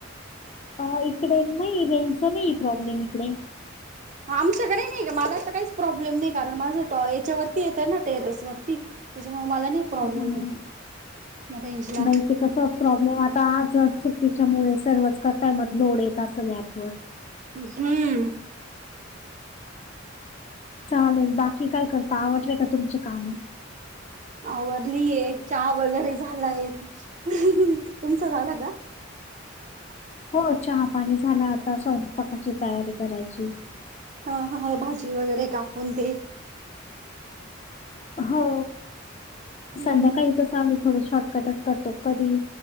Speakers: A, on the left (about 35°); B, on the right (about 40°).
A: अ इकडे नाही, रेंजचा नाही प्रॉब्लेम इकडे.
B: अ आमच्या कडे नाही का मला तर काहीच प्रॉब्लेम नाही कारण, माझं ट याच्यावरती येत आहे ना टेरेस वरती. त्याच्यामुळे मला नाही प्रॉब्लेम
A: हा हा,
B: येत रेंजला
A: नाही ते कसं प्रॉब्लेम आता आज सुट्टीच्या मुळे सर्वच करताय, म लोड येत असेल अँप वर.
B: हम्म,
A: चालेल बाकी, काय करता आवरलंय का तुमच काम?
B: आवरलिये चहा वगैरे झालाय, तुमचा झाला का?
A: हो, चहा पाणी झाला आता स्वयंपाकाची तयारी करायची.
B: ह ह, भाजी वगैरे कापून ते
A: हो,
B: हम्म
A: संध्याकाळी कसं आम्ही थोड शॉर्टकटच करतो, कधी